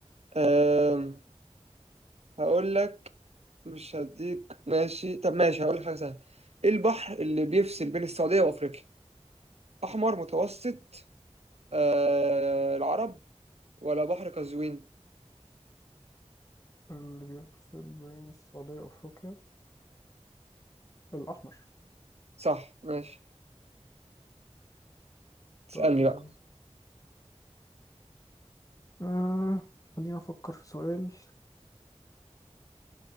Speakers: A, on the right; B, on the left.
A: أم... هقول لك مش هديك ماشي طب ماشي هقول لك حاجة سهلة ايه البحر اللي بيفصل بين السعودية وافريقيا احمر متوسط آه العرب ولا بحر قزوين
B: اللي بيفصل بين السعودية وأفريقيا الأحمر
A: صح ماشي تسألني
B: طيب
A: بقى
B: آه. خلينا أفكر في سؤال